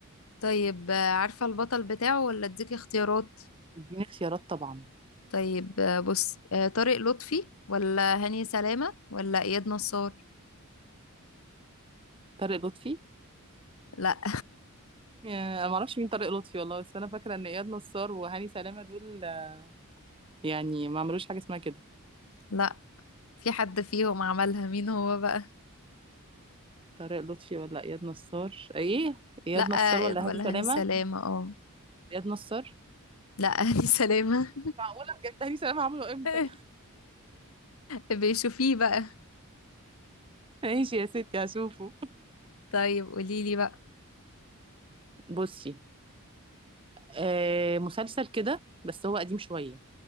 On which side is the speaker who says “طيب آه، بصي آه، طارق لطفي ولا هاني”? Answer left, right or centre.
Left